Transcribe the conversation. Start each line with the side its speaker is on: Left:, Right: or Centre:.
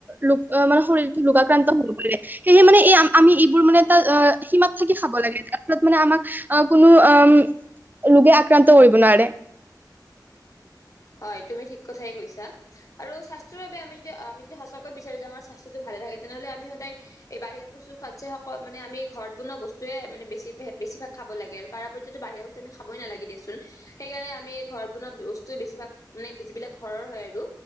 Right: ৰোগ মানে শৰীৰ ৰোগাক্ৰান্ত হব পাৰে সেহে মানে আমি এইবোৰ মানে ত' সীমাত থাকি খাব লাগে তাৰ ফলত মানে আমাক অ' কোনো উম ৰোগে আক্ৰান্ত কৰিব নোৱাৰে।
Left: হয়, তুমি ঠিক কথাই কৈছা আৰু স্বাস্থ্যৰ বাবে আমি যদি -আমি যদি সঁচাকৈই বিচাৰো যে আমাৰ স্বাস্থ্যটো ভালে থাকে তেনেহ'লে আমি সদায় এই বাহিৰা বস্তু খোৱাতচেই মানে আমি ঘৰত বনোৱা বস্তুৱে মানে বেছি-বেছিভাগ খা খাব লাগে আৰু পাৰা পৰ্যতটোত বাহিৰা বস্তু আমি খাবই নালাগে দিয়া চোন হেই কাৰণে আমি ঘৰত বনোৱা বস্তু বেছিভাগ মানে যিবিলাক ঘৰৰ হয় আৰু